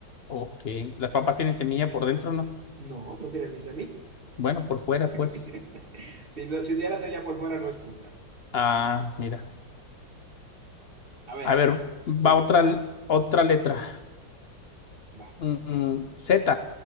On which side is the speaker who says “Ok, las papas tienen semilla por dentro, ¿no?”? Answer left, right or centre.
Left